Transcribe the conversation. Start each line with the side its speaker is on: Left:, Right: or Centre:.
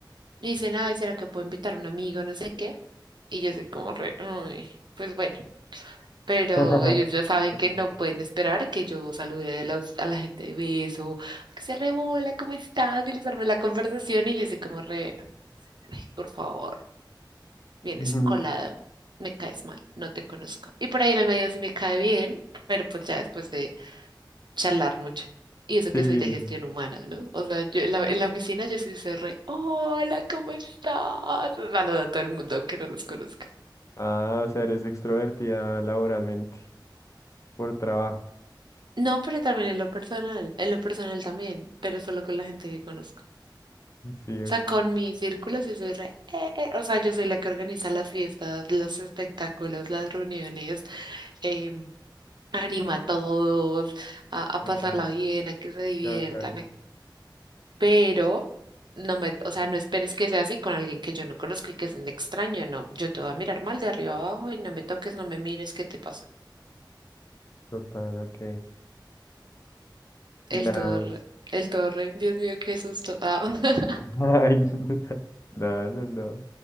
Right: y dicen, ay, ¿será que puedo invitar a un amigo? No sé qué. Y yo soy como re, "Ay, pues bueno. Pero
Left: <laughs>
Right: ellos ya saben que no pueden esperar que yo salude a, los- a la gente de beso, que se rebola, ¿cómo estás? Y les arme la conversación y yo soy como re, ay, por favor, vienes
Left: Ujú.
Right: colado, me caes mal, no te conozco. Y por ahí en el medio sí me cae bien, pero pues ya después de charlar mucho. Y eso que
Left: Sí.
Right: soy de gestión humana, ¿no? O sea, yo en la, en la oficina yo sí soy re, hola, ¿cómo estás? Saludo a todo el mundo, aunque no los conozca.
Left: Ah, o sea, eres extrovertida laboralmente, por trabajo.
Right: No, pero también en lo personal, en lo personal también, pero solo con la gente que conozco.
Left: Sí, ok.
Right: O sea, con mi círculo sí soy re, "Eh, eh". o sea, yo soy la que organiza las fiestas, los espectáculos, las reuniones, em, anima a todos a, a pasarla
Left: Ah,
Right: bien, a que se diviertan,
Left: qué bacano.
Right: a pero no me, o sea, no esperes que sea así con alguien que yo no conozco y que es un extraño, no, yo te voy a mirar mal de arriba abajo y no me toques, no me mires, ¿qué te pasa?
Left: Total, ok.
Right: El
Left: ¿Y has...
Right: torre, el torre, Dios mío, qué susto. Ah, <laughs>
Left: <laughs> Ay, <laughs> no, no, no.